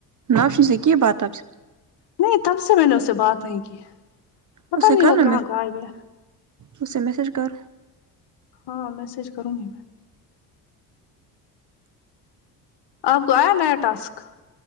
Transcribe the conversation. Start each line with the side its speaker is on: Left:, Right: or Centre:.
Right: روشنی سے کی بات آپ سے
Left: نہیں تب سے میں نے اس سے بات نہیں کی پتا
Right: اسے
Left: نہیں
Right: کرنا
Left: وہ کہاں
Right: میں
Left: غائب ہے
Right: اسے میسج کر
Left: ہاں میسج کروں گی میں آپ کو آیا نیا ٹاسک